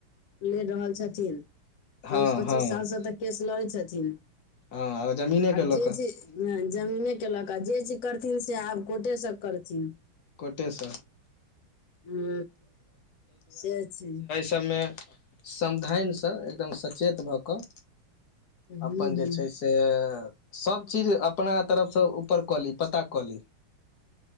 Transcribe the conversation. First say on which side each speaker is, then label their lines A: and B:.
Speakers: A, on the left; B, on the left.
A: लेर रहल छथिन
B: हँ
A: चौबीस पच्चीस
B: हँ
A: साल सँ त केस लड़ै छथिन
B: हँ जमीने के
A: आब
B: लऽ
A: जे
B: कऽ
A: जे ह जमीने केलक आ जे चीज करथिन से आब कोर्टे सँ करथिन।
B: कोटे स
A: हु से छै।
B: तमे समधान सँ एकदम सचेत भ क
A: हूँ
B: अपन
A: हूँ
B: जे छै से सब चीज अपना तरफ से ऊपर क ली पता क ली